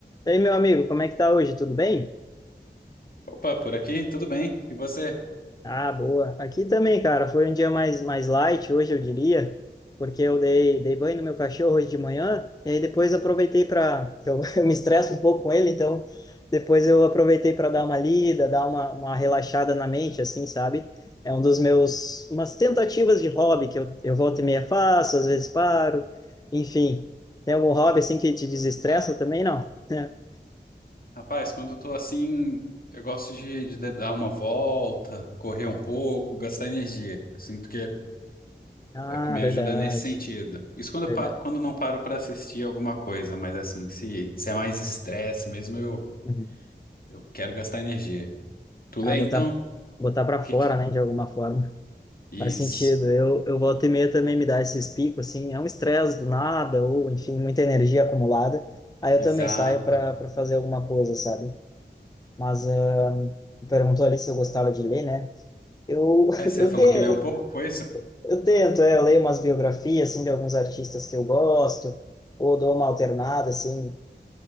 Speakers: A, on the left; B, on the left.
A: E aí, meu amigo, como é que tá hoje? Tudo bem?
B: Opa, por aqui, tudo bem? E você?
A: Ah, boa. Aqui também, cara, foi um dia mais, mais light hoje, eu diria, porque eu dei, dei banho no meu cachorro hoje de manhã, e aí depois aproveitei para. Eu, <laughs> eu me estresso um pouco com ele, então depois eu aproveitei para dar uma lida, dar uma, uma relaxada na mente, assim, sabe? É um dos meus. umas tentativas de hobby que eu, eu volta e meia faço, às vezes paro, enfim. Tem algum hobby assim que te desestressa
B: Ah,
A: também? Não? <laughs>
B: rapaz, quando eu tô assim, eu gosto de, de de- dar uma volta, correr um pouco, gastar energia. Eu sinto que
A: Ah,
B: é o que me
A: verdade,
B: ajuda nesse sentido. Isso quando, eu
A: verdade.
B: pa- quando não paro pra assistir alguma coisa, mas assim, se, se é mais estresse mesmo, eu,
A: Uhum.
B: eu quero gastar energia. Tu
A: Ah,
B: lê
A: botar,
B: então?
A: botar para
B: Que
A: fora,
B: que-
A: né, de alguma forma. <laughs>
B: Isso,
A: Faz sentido. Eu, eu volta e meia também me dá esses picos, assim, é um estresse do nada, ou, enfim, muita energia acumulada. Aí eu
B: exato.
A: também saio para para fazer alguma coisa, sabe? Mas ah, tu perguntou ali se eu gostava de ler, né? Eu,
B: É,
A: <laughs>
B: você
A: eu,
B: falou
A: te, eu,
B: que lê um pouco, foi isso?
A: eu tento, é, eu leio umas biografias, assim, de alguns artistas que eu gosto, ou dou uma alternada, assim